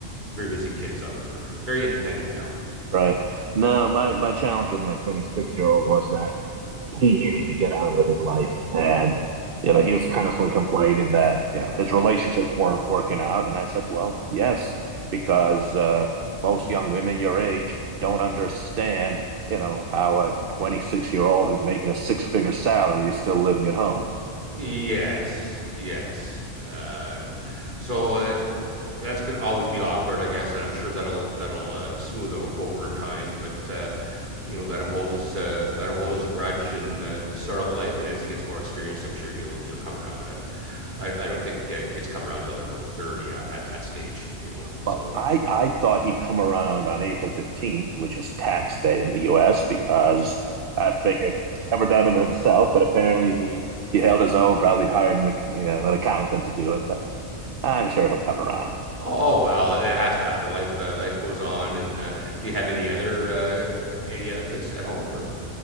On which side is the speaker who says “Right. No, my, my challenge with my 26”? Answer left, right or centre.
Right